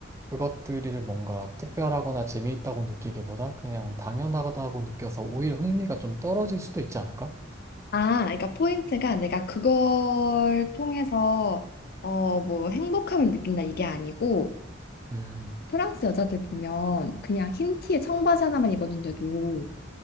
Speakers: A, on the right (about 15°); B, on the left (about 50°).
A: 그것들을 뭔가 특별하거나 재미있다고 느끼기보다 그냥 당연하다고 느껴서 오히려 흥미가 좀 떨어질 수도 있지 않을까?
B: 아, 그러니까 포인트가 내가 그걸 통해서 어, 뭐 행복함을 느낀다 이게 아니고
A: 음,
B: 프랑스 여자들 보면 그냥 흰 티에 청바지 하나만 입었는데도